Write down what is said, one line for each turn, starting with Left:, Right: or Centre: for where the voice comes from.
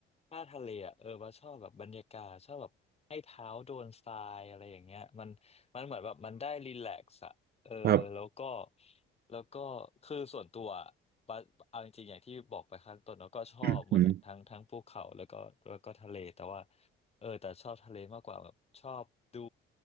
Left: ถ้าทะเลอ่ะเออบัาชอบแบบบรรยากาศชอบแบบให้เท้าโดนทรายอะไรอย่างเงี้ยมันมันเหมือนแบบมันได้รีแลกซ์อ่ะเออแล้วก็
Right: ครับ
Left: แล้วก็คือส่วนตัวอะบัดเอาจริงๆอย่างที่บอกไปข้างต้นเราก็ชอบหมดแหละทั้งทั้งภูเขาแล้วก็แล้วก็ทะเลแต่ว่า
Right: อืม
Left: เออแต่ชอบทะเลมากกว่าแบบชอบดู